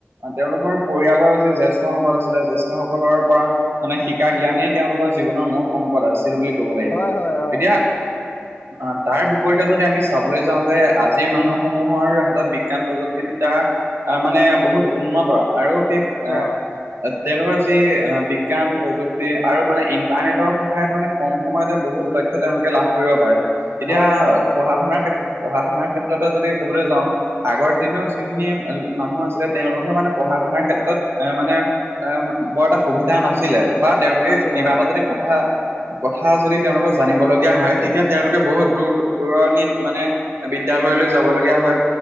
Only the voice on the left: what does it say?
হয়, হয়, অ,
অ,
হয়, হয়,
নাছিলে
অ,